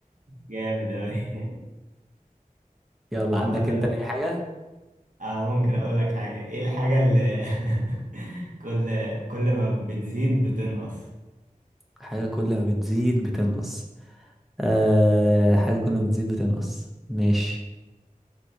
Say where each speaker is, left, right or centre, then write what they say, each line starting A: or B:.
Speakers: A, on the right; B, in the centre.
A: جامد أوي
B: يلا عندك
A: عامة
B: انت لأي حاجة
A: آه، ممكن أقول لك حاجة إيه الحاجة اللي <laughs> كل كل ما بتزيد بتنقص
B: حاجة كل ما بتزيد بتنقص آه حاجة كل ما بتزيد بتنقص ماشي